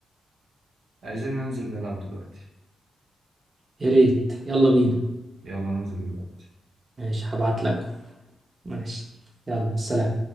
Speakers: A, on the right (about 80°); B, on the right (about 35°).
A: عايزين ننزل نلعب دلوقتي
B: يا ريت يلا بينا
A: يلا ننزل دلوقتي
B: ماشي هبعت لك ماشي يلا السلام